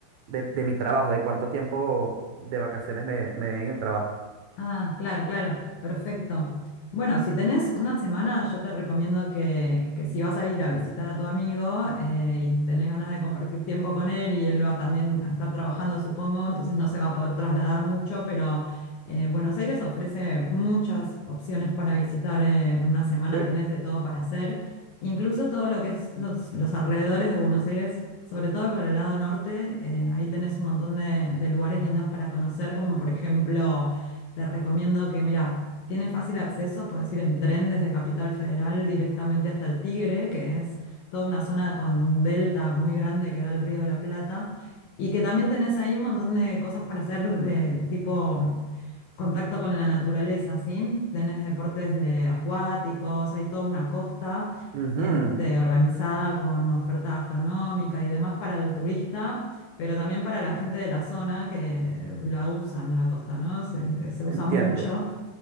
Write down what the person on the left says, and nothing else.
Ah, claro, claro, perfecto. Bueno, si tenés una semana, yo te recomiendo que, que si vas a ir a visitar a tu amigo eh, y tenés ganas de compartir tiempo con él y él va también a estar trabajando, supongo, entonces no se va a poder trasladar mucho, pero eh, Buenos Aires ofrece muchas opciones para visitar en una semana,
tenés de todo para hacer, incluso todo lo que es los, los alrededores de Buenos Aires. Sobre todo por el lado norte, eh, ahí tenés un montón de, de lugares lindos para conocer, como por ejemplo te recomiendo que, mira, tiene fácil acceso, puedes ir en tren desde Capital Federal directamente hasta el Tigre, que es toda una zona con un delta muy grande que da el Río de la Plata. Y que también tenés ahí un montón de cosas para hacer de tipo contacto con la naturaleza, ¿sí? Tenés deportes de acuáticos, hay toda una costa
este, organizada con oferta gastronómica y demás para el turista, pero también para la gente de la zona que la usan la costa, ¿no? Se, se usa
mucho.